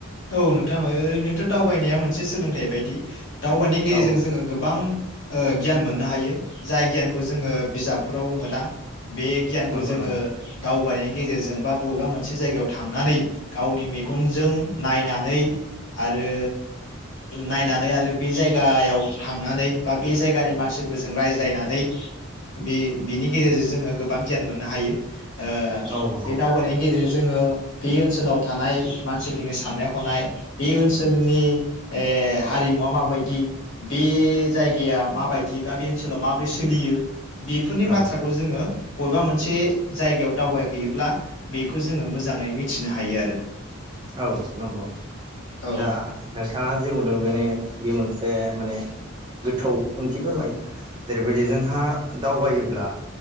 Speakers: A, on the left; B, on the right.
A: औ नोंथाङा ओरैनोथ' दावबायनाया मोनसे सोलोंथाइ बायदि। दावबायनायनि गेजेरजों
B: औ
A: जोङो गोबां। गियान मोननो हायो जाय गियानखौ जोङो बिजाबफोराव मोना। बे गियानखौ
B: नंगौ
A: जोङो
B: नंगौ
A: दावबायनायनि गेजेरजों बा बबेबा मोनसे जायगायाव थांनानै गावनि मेगनजों। नायनानै आरो नायनानै आरो बे जायगायाव थांनानै बा बे जायगानि मानसिफोरजों रायज्लायनानै बे बिनि गेजेरजों जोङो गोबां गियान मोननो हायो। ओ
B: औ नंगौ
A: बे दावबायनायनि गेजेरजों जोङो। बे ओनसोलाव थानाय मानसि साननाय हनाय बे ओनसोलनि हारिमुवा माबायदि बे जायगाया माबायदि बा बे ओनसोलाव माबोरै सोलियो। बेफोरनि
B: औ
A: बाथ्राखौ जोङो। बबेबा मोनसे जायगायाव दावबायहैयोब्ला बेखौ जोङो मोजाङै मिथिनो हायो आरो।
B: औ नंगौ
A: औ
B: दा नोंथाङा जे बुंदों माने। बेयो मोनसे माने गोथौ ओंथि फोरमायो जेरैबायदि जोंहा दावबायोब्ला